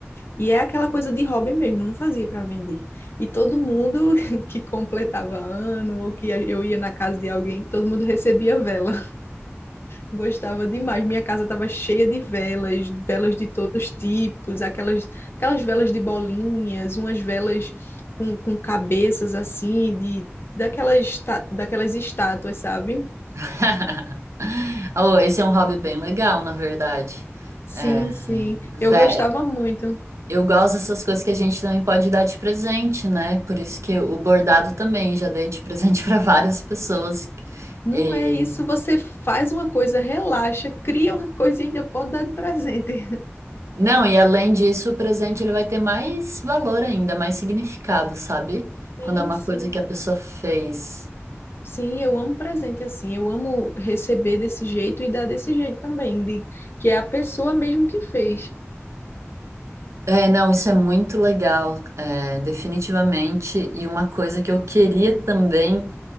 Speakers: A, on the left (about 55°); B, on the right (about 80°).
A: E é aquela coisa de hobby mesmo, não fazia para vender. E todo mundo <laughs> que completava ano, ou que eu ia na casa de alguém, todo mundo recebia vela. Gostava demais. Minha casa estava cheia de velas, velas de todos os tipos, aquelas, aquelas velas de bolinhas, umas velas com, com cabeças assim, de daquelas, esta- daquelas estátuas, sabe?
B: <laughs> Oh, esse é um hobby bem legal, na verdade.
A: Sim,
B: É,
A: sim.
B: vé-
A: Eu gostava muito.
B: eu gosto dessas coisas que a gente também pode dar de presente, né? Por isso que o bordado também já dei de presente <laughs> para várias pessoas.
A: Não
B: E-
A: é isso, você faz uma coisa, relaxa, cria uma coisa e ainda pode dar de presente. <laughs>
B: Não, e além disso, o presente ele vai ter mais valor ainda, mais significado, sabe?
A: Sim,
B: Quando é uma
A: sim.
B: coisa que a pessoa fez.
A: Sim, eu amo presente assim. Eu amo receber desse jeito e dar desse jeito também, de que é a pessoa mesmo que fez.
B: É, não, isso é muito legal, é, definitivamente. E uma coisa que eu queria também.